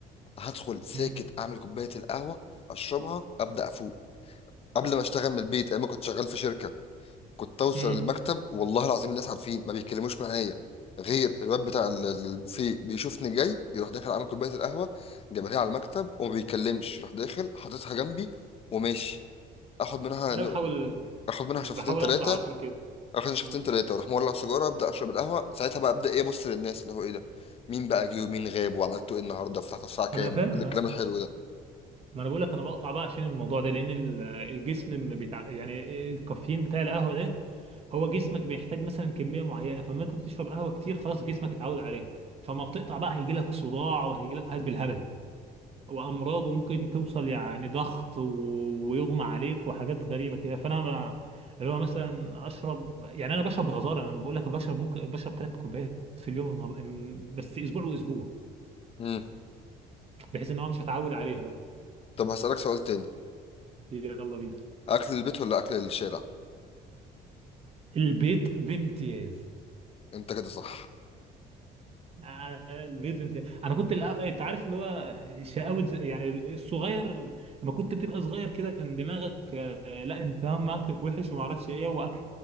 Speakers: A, on the left; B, on the right.
A: هدخل ساكت
B: مم.
A: اعمل كوباية القهوة اشربها ابدا افوق قبل ما اشتغل من البيت ايام ما كنت شغال في شركة كنت اوصل
B: مم.
A: المكتب والله العظيم الناس عارفين ما بيتكلموش معايا غير الواد بتاع ال- البوفيه بيشوفني جاي يروح داخل عامل كوبايه القهوه جايبها لي على المكتب وما بيتكلمش راح داخل حاططها جنبي وماشي اخد منها
B: انا
A: نو-
B: بحاول
A: اخد منها
B: بحاول
A: شفتين ثلاثه
B: اقطع عشان كده
A: اخد شفتين
B: مم.
A: ثلاثه واروح مولع سيجاره ابدا اشرب القهوه ساعتها بقى ابدا ايه ابص للناس اللي هو ايه ده مين بقى جه ومين غاب وعملته ايه النهارده فتحت الساعه كام
B: انا فاهم
A: وكل
B: ها.
A: الكلام الحلو ده
B: ما انا بقول لك انا بقطع بقى عشان الموضوع ده لان ال- الجسم ما بتاع يعني الكافيين بتاع القهوه ده هو جسمك بيحتاج مثلا كميه معينه فما انت بتشرب قهوه كتير خلاص جسمك اتعود عليها فما بتقطع بقى هيجي لك صداع وهيجي لك هلب الهبل وامراض وممكن توصل يعني ضغط و- ويغمى عليك وحاجات غريبه كده فانا ب... اللي هو مثلا اشرب يعني انا بشرب غزاره انا بقول لك بشرب ممكن بشرب ثلاث كوبايات في اليوم بس اسبوع واسبوع
A: امم
B: بحيث ان هو مش هتعود عليها بقى
A: طب هسالك سؤال تاني
B: يلا بينا
A: اكل البيت ولا اكل الشارع
B: البيت بامتياز
A: انت كده صح
B: آه، البيت بامتياز انا كنت الأ- انت عارف اللي هو شقاوة زي- يعني الصغير لما كنت بتبقى صغير كده كان دماغك آه، لا انت هم اكلك وحش وما اعرفش ايه واكل